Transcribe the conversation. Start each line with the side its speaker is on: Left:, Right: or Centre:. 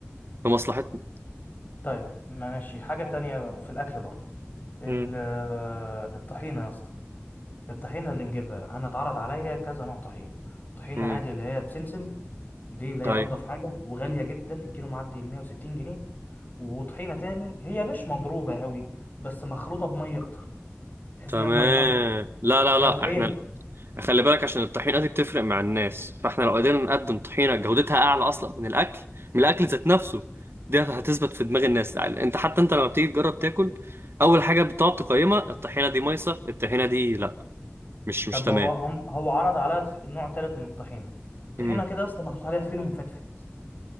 Right: في مصلحتنا
Left: طيب ماشي حاجه تانية في الاكل برضو ال...
Right: امم
Left: الطحينه يا اسطى الطحينة اللي نجيبها أنا اتعرض عليا كذا نوع طحينة طحينة
Right: امم
Left: عادي اللي هي بسمسم دي اللي هي
Right: ايوه
Left: أنضف حاجة وغالية جدا الكيلو معدي ال 160 جنيه وطحينة تاني هي مش مضروبة قوي بس مخلوطة بمية أكتر تحس
Right: تمام
Left: إنها مية مية
Right: لا لا
Left: بس
Right: لا
Left: هي طحينة
Right: احنا خلي بالك عشان الطحينة دي بتفرق مع الناس فاحنا لو قدرنا نقدم طحينة جودتها أعلى أصلا من الأكل من الأكل ذات نفسه دي هتثبت في دماغ الناس يعني أنت حتى أنت لما بتيجي تجرب تاكل أول حاجة بتقعد تقيمها الطحينة دي مايصة الطحينة دي لأ مش مش
Left: طب
Right: تمام
Left: هو هم هو عرض عليا طح- نوع تالت من الطحينة طحينة
Right: امم
Left: كده أصلا محطوط عليها فينو مفتفت